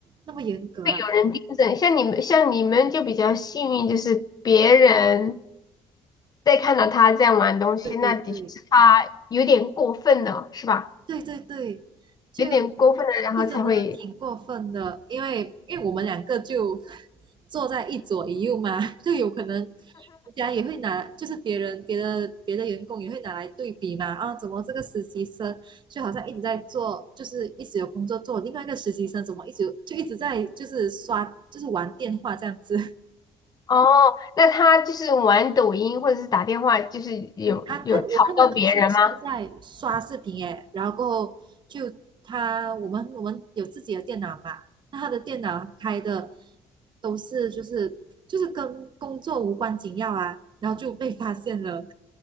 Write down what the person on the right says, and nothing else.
那么严格啊？
对对对
对对对，就
就真的挺过分的，因为因为我们两个就 <laughs> 坐在一左一右嘛，就有可能人家也会拿，就是别人别的别的员工也会拿来对比嘛，啊，怎么这个实习生就好像一直在做，就是一直有工作做，另外一个实习生怎么一直就一直在就是刷就是玩电话这样子，
嗯他他，我看他的就是在刷视频诶然后就他我们我们有自己的电脑嘛，那他的电脑开的都是就是就是跟工作无关紧要啊，然后就被发现了。